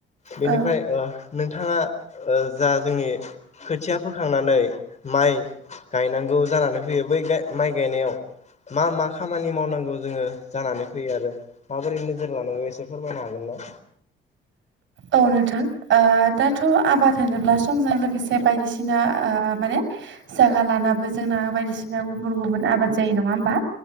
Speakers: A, on the left; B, on the right.
A: बेनिफ्राय
B: औ
A: नोंथाङा जा जोंनि खोथिया फोखांनानै माइ गायनांगौ जानानै फैयो बै गाय माइ गायनायाव मा मा खामानि मावनांगौ जोङो जानानै फैयो आरो माबोरै नोजोर लानांगौ एसे फोरमायनो हागोन <inaudible>
B: औ नोंथां ओ दाथ' आबाद होनोब्ला समजों लोगो खायसे बायदिसिना ओ माने जागा लानाबो जोंना बायदिसिना गुबुन गुबुन आबाद जायो नङा होमबा